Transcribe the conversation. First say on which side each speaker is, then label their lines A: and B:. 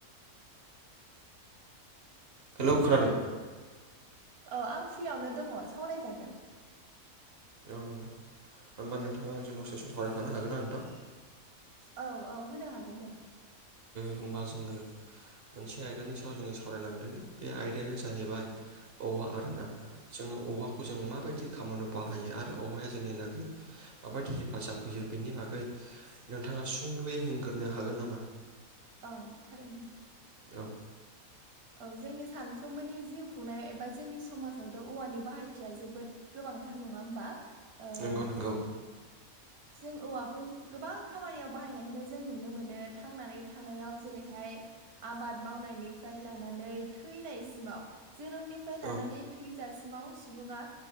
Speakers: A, on the right; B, on the right.
A: हेलौ खोनादों।
B: औ आं फ्रियावनो दङ सावरायजागोन
A: औ होमबा नोंथाङां जों दसेसिम सावरायफानो हागोन ना नोंथां।
B: औ औ होनो हागोन दे।
A: होनबा जोङो मोनसे आयदानि सायाव जोङो सावरायलांदोंोनि बे आयदायानो जाहैबाय औवा आरोना। जोङो औवाखौ जों माबायदि खामानियाव बाहायो आरो औवाया जोंनि लागै माबायदि हेफाजाब होयो बेनि बागै नोंथाङा सुंद'यै हग्रोनो हागोन नामा?
B: औ थारैनो
A: औ।
B: औ जोंनि सानफ्रोमबोनि जिउ खुंनाय एबा जोंनि समाजावथ' औवानि बाहायथिया जोबोद गोबांथार नङा होमबा। ओम
A: नंगौ नंगौ।
B: जों औवाखौ गोबां खामानियाव बाहायनायखौनो जों नुनो मोनो थांनानै थानायाव जेरैहाय आबाद मावनायनिफ्राय लानानै थैनायसिमाव जोनोमनिफ्राय लानानै।
A: औ
B: थैजासिमाव सुबुङा